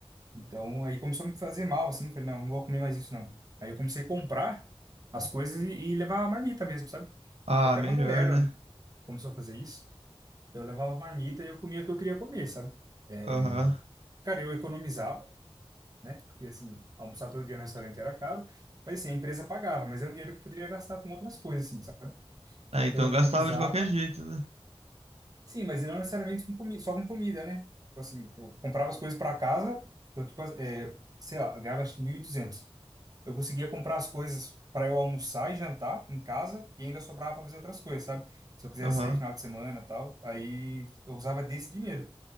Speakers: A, on the right (about 35°); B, on the right (about 85°).
A: Então, aí começou a me fazer mal, assim, eu falei, não, não vou comer mais isso não. Aí eu comecei a comprar as coisas e, e levar a marmita mesmo, sabe?
B: Ah,
A: Tem até
B: melhor,
A: uma galera
B: né?
A: começou a fazer isso. Então eu levava a marmita e eu comia o que eu queria comer, sabe? É,
B: Aham.
A: Cara, eu economizava, né? Porque assim, almoçar todo dia no restaurante era caro, mas assim, a empresa pagava, mas era um dinheiro que eu poderia gastar com outras coisas, assim, sabe?
B: Ah,
A: Então
B: então
A: eu economizava,
B: gastava de qualquer jeito, né?
A: sim, mas não necessariamente com comi só com comida, né? Tipo assim, eu comprava as coisas para casa, eu, tipo, é, sei lá, eu ganhava acho que mil e duzentos Eu conseguia comprar as coisas para eu almoçar e jantar em casa e ainda sobrava para fazer outras coisas, sabe? Se eu quisesse
B: Aham.
A: sair final de semana, e tal, aí eu usava desse dinheiro.